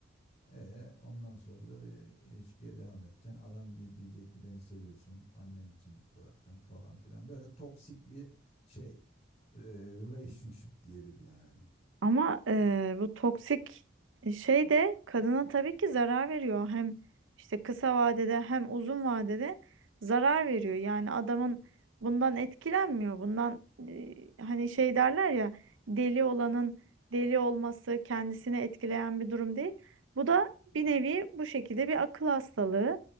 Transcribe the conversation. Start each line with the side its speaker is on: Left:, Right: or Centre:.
Left: E ondan sonra da bir ilişkiye devam ettin. Adam di- diyecek ki beni seviyorsun. Annen için bıraktın falan filan. Böyle toksik bir şey. e, relationship diyelim yani.
Right: Ama eee, bu toksik e, şey de kadına tabii ki zarar veriyor. Hem işte kısa vadede hem uzun vadede zarar veriyor. Yani adamın bundan etkilenmiyor. Bundan eee, hani şey derler ya deli olanın deli olması kendisini etkileyen bir durum değil. Bu da bir nevi bu şekilde bir akıl hastalığı